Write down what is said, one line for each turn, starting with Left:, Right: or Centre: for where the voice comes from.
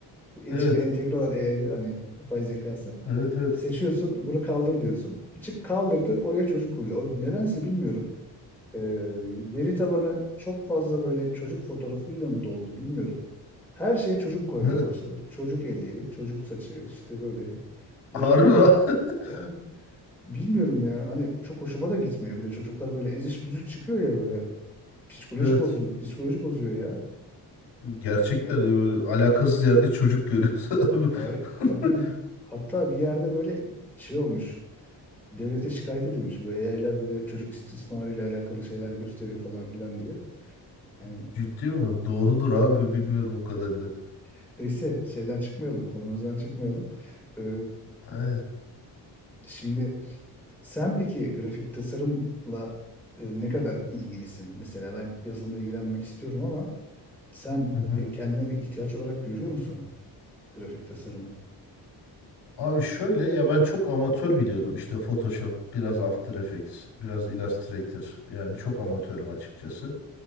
Centre: içine
Left: Evet.
Centre: entegre olan AI hani yapay zekası.
Left: Evet, evet.
Centre: Seçiyorsun, bunu kaldır diyorsun. Çık kaldırdı, oraya çocuk koyuyor. O nedense bilmiyorum. Ee, veri tabanı çok fazla böyle çocuk fotoğrafıyla mı doldu bilmiyorum. Her şeye çocuk koymaya
Left: <laughs>
Centre: başladı. Çocuk eli, çocuk saçı, işte böyle yarım
Left: Harbi mi? <laughs>
Centre: yani bilmiyorum ya. Hani çok hoşuma da gitmiyor. Bir de çocuklar böyle eziş büzük çıkıyor ya böyle. Psikoloji
Left: Evet.
Centre: bozuluyor, psikoloji bozuyor ya.
Left: Gerçekten
Centre: Hani
Left: ya böyle alakasız yerde çocuk görüyorsun abi.
Centre: Ay, aynen.
Left: <laughs>
Centre: Hatta bir yerde böyle şey olmuş. Devlete şikayet edilmiş. Bu AI'ler böyle çocuk istismarıyla alakalı şeyler gösteriyor falan filan diye. Yani
Left: Ciddi mi? Doğrudur abi. Bilmiyorum o kadar da.
Centre: <laughs> neyse şeyden çıkmayalım, konumuzdan çıkmayalım. Ee,
Left: Aynen.
Centre: şimdi sen peki grafik tasarımla e, ne kadar ilgilisin? Mesela ben yazılımla ilgilenmek istiyorum ama sen
Left: Hı hı.
Centre: e, kendine bir ihtiyaç olarak görüyor musun grafik tasarımı?
Left: Abi şöyle ya ben çok amatör biliyordum işte Photoshop, biraz After Effects, biraz Illustrator. Yani çok amatörüm açıkçası.